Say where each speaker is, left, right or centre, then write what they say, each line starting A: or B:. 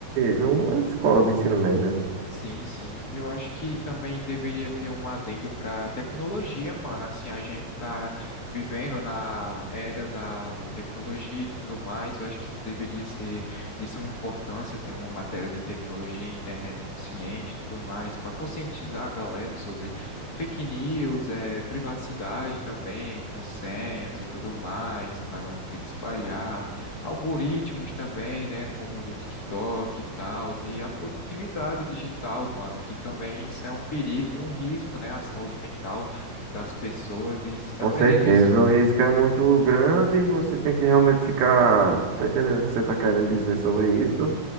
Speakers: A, on the right; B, on the left.
A: numa escola de ensino médio, né?
B: Sim, sim. Eu acho que também deveria ter um adendo para tecnologia, mano. Assim, a gente tá vivendo na era da tecnologia e tudo mais. Eu acho que deveria ser de suma importância ter uma matéria de tecnologia, internet consciente, e tudo mais, para conscientizar a galera sobre fake news, é, privacidade também, com senhas e tudo mais, para não ter que espalhar algoritmos também, né, como o do TikTok e tal, e a produtividade digital, mano, que também isso é um perigo e um risco, né, à saúde mental das pessoas e se- aprendendo
A: Com certeza,
B: isso,
A: o risco é muito grande e você tem que realmente ficar. Tô entendendo o que você está querendo dizer sobre isso.